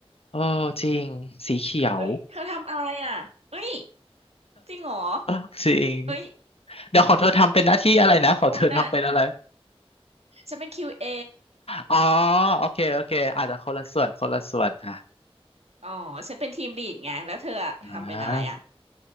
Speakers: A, on the left; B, on the right.
A: เออจริงสีเขียว
B: เอ้ยเธอทำอะไรอ่ะเอ้ยจริงเหรอ
A: <laughs> จริง
B: เอ้ย
A: เดี๋ยวของเธอทำเป็นหน้าที่อะไรนะของเธอทำเป็นอะไร
B: คุณอ่ะฉันเป็น QA
A: อ๋อโอเคโอเคอาจจะคนละส่วนคนละส่วนค่ะ
B: ออ๋อฉันเป็นทีมลีดไงแล้วเธออะทำเป็นอะไรอ่ะ
A: อ่า